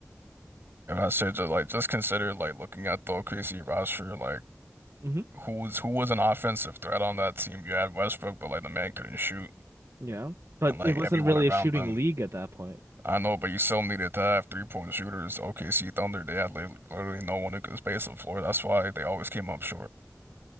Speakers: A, on the right (about 50°); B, on the right (about 70°).
A: If I said just like just consider like looking at the OKC roster, like
B: hmm
A: who was who was an offensive threat on that team. You had Westbrook, but like the man couldn't shoot,
B: You know? But
A: and like
B: it wasn't
A: everyone
B: really
A: around
B: a shooting
A: them.
B: league at that point.
A: I know, but you still needed to have three point shooters. OKC Thunder, they had li- literally no one who could space the floor. That's why they always came up short.